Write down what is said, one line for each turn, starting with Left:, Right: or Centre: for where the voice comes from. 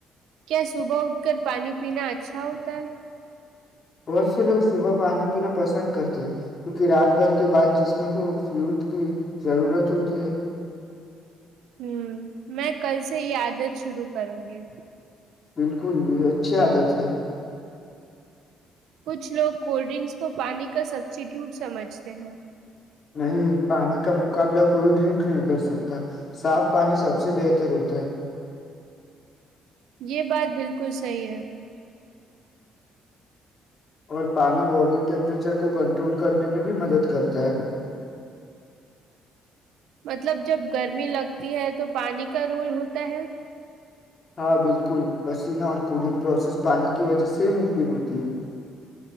Right: کیا صبح اٹھ کر پانی پینا اچھا ہوتا ہے
Left: بہت سے لوگ صبح پانی پینا پسند کرتے کیونکہ رات بھر کے بعد جسم کو فلوڈ کی ضرورت ہوتی ہے
Right: ہوں میں کل سے یہ عادت شروع کروں گی
Left: بالکل بھی اچھی عادت ہے
Right: کچھ لوگ کولڈ ڈرنکس کو پانی کا سبسٹیٹیوٹ سمجھتے ہیں
Left: نہیں پانی کا مقابلہ کوئی ڈرنک نہیں کر سکتا صاف پانی سب سے بہتر ہوتا ہے
Right: یہ بات بالکل صحیح ہے
Left: اور پانی باڈی ٹیمپریچر کو کنٹرول کرنے میں بھی مدد کرتا ہے
Right: مطلب جب گرمی لگتی ہے تو پانی کا رول ہوتا ہے
Left: ہاں بالکل پسینہ اور کولنگ پروسیس پانی کی وجہ سے ممکن ہوتی